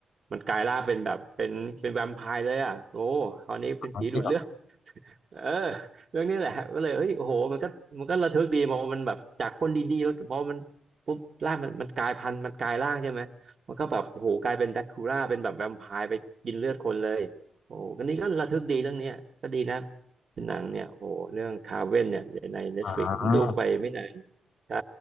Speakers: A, on the right; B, on the left.
A: มันกลายร่างเป็นแบบเป็นเป็นแวมไพร์เลยอ่ะโอ้คราวนี้เป็นผีดูดเลือด
B: อ๋อจริงเหรอ
A: <laughs> เออเรื่องนี้แหละก็เลยเฮ้ยโอ้โหมันก็มันก็ระทึกดีมองมันแบบจากคนดีๆแล้วพอมันปุ๊บร่างมันมันกลายพันธุ์มันกลายร่างใช่ไหม มันก็แบบโหกลายเป็นแดคูล่าเป็นแบบแวมไพร์ไปกินเลือดคนเลยโอ้ก็นี่ก็ระทึกดีเรื่องเนี้ยก็ดีนะเป็นหนังเนี่ยโหเรื่องคาเว่นเนี่ยใน Netflix
B: อ่า
A: เพิ่งดูไปไม่นานใช่